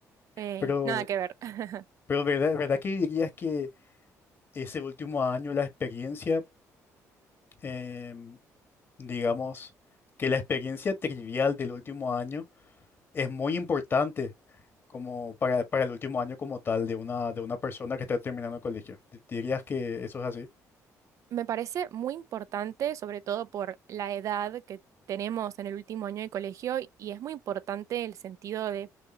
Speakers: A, on the right; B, on the left.
A: eh,
B: pero,
A: nada que ver. <laughs>
B: pero ¿verdad, verdad que dirías que ese último año, la experiencia, em, digamos, que la experiencia trivial del último año es muy importante como para, para el último año como tal de una, de una persona que está terminando el colegio. Di- ¿Dirías que eso es así?
A: Me parece muy importante, sobre todo por la edad que tenemos en el último año de colegio, y es muy importante el sentido de